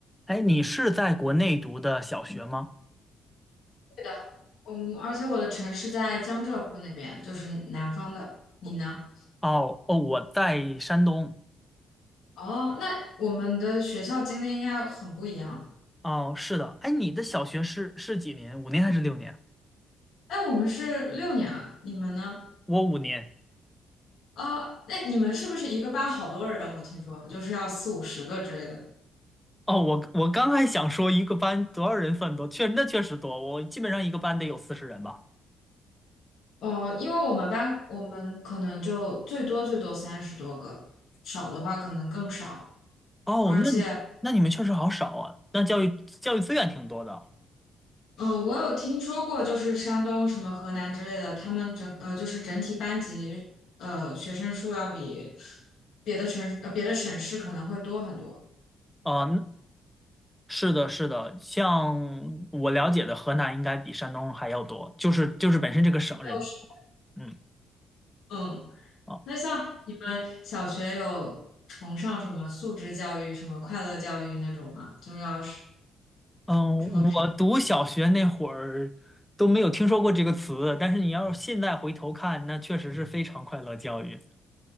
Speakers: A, in the centre; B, on the left.
A: 哎，你是在国内读的小学吗？
B: 的，嗯，而且我的城市在江浙沪那边，就是南方的。你呢？
A: 哦哦，我在山东。
B: 哦，那我们的学校经历应该很不一样。
A: 哦，是的。哎，你的小学是是几年？五年还是六年？
B: 哎，我们是六年啊，你们呢？
A: 我五年。
B: 哦，那你们是不是一个班好多人？我听说就是要四五十个之类的。
A: 哦，我我刚还想说一个班多少人算多，确那确实多，我基本上一个班得有四十人吧。
B: 哦，因为我们班我们可能就最多最多三十多个，少的话可能更少。
A: 哦，
B: 而且。
A: 那你那你们确实好少啊，那教育教育资源挺多的。
B: 嗯，我有听说过，就是山东什么河南之类的，他们整呃就是整体班级呃学生数要比别的城市呃别的省市可能会多很多。
A: 啊，那是的，是的，像我了解的，河南应该比山东还要多，就是就是本身这个省人多。
B: 六十
A: 嗯。
B: 嗯，
A: 哦
B: 那像你们小学有崇尚什么素质教育、什么快乐教育那种吗？就要是
A: 嗯，
B: 什么培，
A: 我读小学那会儿都没有听说过这个词，但是你要是现在回头看，那确实是非常快乐教育